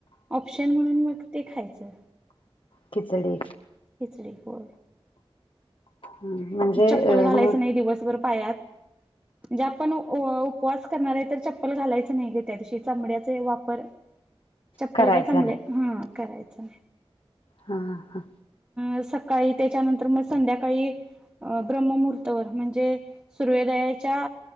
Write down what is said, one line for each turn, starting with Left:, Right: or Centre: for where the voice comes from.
Right: ऑप्शन म्हणून मग ते खायचं. तर
Left: खिचडी
Right: खिचडी हो.
Left: म्हणजे
Right: चप्पल
Left: अ
Right: घालायचं
Left: मग
Right: नाही दिवसभर पायात म्हणजे आपण उ उपवास करणार आहे तर चप्पल घालायच नाही. त्या दिवशी चामड्याच वापर चप्पल
Left: करायचा
Right: काय <unintelligible>
Left: नाही.
Right: करायचं. चल
Left: हा हा
Right: अ सकाळी त्याच्यानंतर मग संध्याकाळी अ ब्रम्ममुहूर्तवर म्हणजे सूर्योदयाच्या